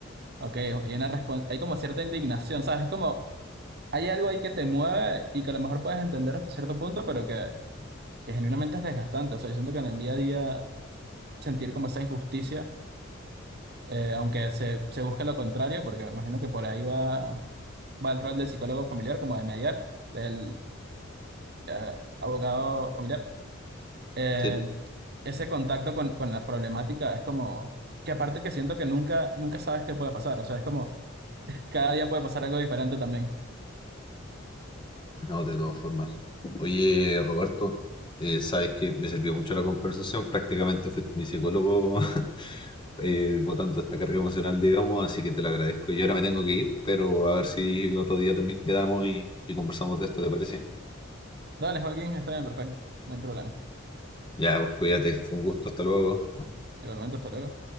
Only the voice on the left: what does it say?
Sí.
No, de todas formas. Oye, Roberto, eh, sabes que me sirvió mucho la conversación. Prácticamente fuiste mi psicólogo <laughs> eh, botando esta carga emocional, digamos, así que te lo agradezco. Yo ahora me tengo que ir, pero a ver si otro día también quedamos y, y conversamos de esto, ¿te parece?
Ya, pues cuídate, fue un gusto, hasta luego.